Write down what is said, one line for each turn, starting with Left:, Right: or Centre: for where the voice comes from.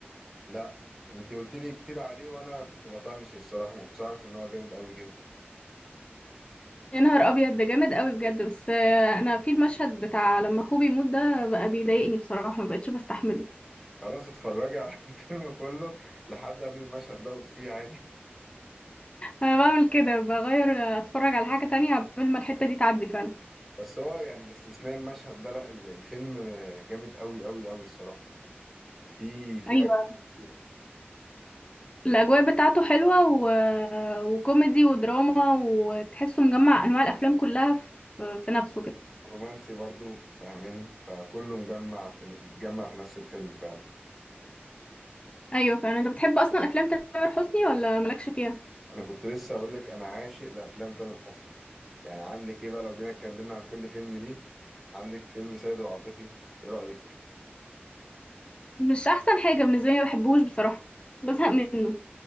Centre: لا انتي قلت لي كتير عليه وانا كنت بطنش الصراحة ما كنتش اعرف ان هو جامد قوي كده
Left: يا نهار ابيض ده جامد قوي بجد بس آه، انا في المشهد بتاع لما اخوه بيموت ده بقى بيضايقني بصراحه ما بقتش بستحمله
Centre: خلاص اتفرجي على <laughs> الفيلم كله لحد قبل المشهد دوت فيه عادي
Left: انا بعمل كده بغير آه، اتفرج على حاجه تانية قبل ما الحته دي تعدي فعلا
Centre: بس هو يعني باستثناء المشهد ده لا ال- الفيلم جامد قوي قوي قوي الصراحة في في
Left: ايوه
Centre: أجزاء كتيرة.
Left: الاجواء بتاعته حلوه و... وكوميدي ودراما وتحسه مجمع انواع الافلام كلها في, في نفسه كده
Centre: رومانسي برضو فاهماني فكله مجمع في متجمع في نفس الفيلم فعلا
Left: ايوه فعلا انت بتحب اصلا افلام تامر حسني ولا مالكش فيها
Centre: انا كنت لسه اقول لك انا عاشق لافلام تامر حسني يعني عندك ايه بقى لو جينا اتكلمنا عن كل فيلم ليه عندك فيلم سيد العاطفي ايه رايك
Left: مش احسن حاجه بالنسبه لي ما بحبهوش بصراحه بزهق منه